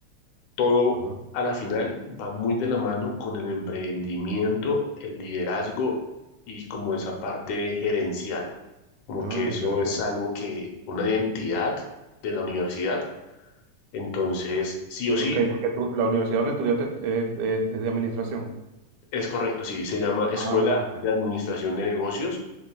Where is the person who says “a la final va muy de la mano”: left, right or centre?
Left